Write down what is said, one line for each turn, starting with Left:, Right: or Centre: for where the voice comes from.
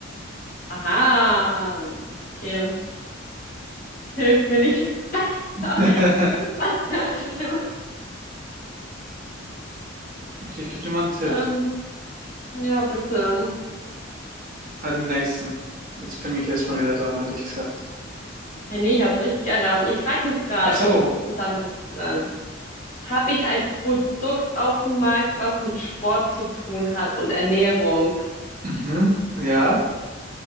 Left: Aha, okay. hilft mir nicht weiter.
Right: <laughs>
Left: Das war ja schlimmer.
Right: Okay, ich gebe dir mal einen Tipp.
Left: Ähm, ja, bitte.
Right: Bei dem nächsten. Jetzt bin ich erstmal wieder dran, hätte ich gesagt.
Left: Ja, nee, ich hab's richtig erraten. Ich frage eine Frage
Right: Ach so.
Left: und dann bist du dran. Habe ich ein Produkt auf dem Markt, was mit Sport zu tun hat und Ernährung?
Right: Mhm. Ja,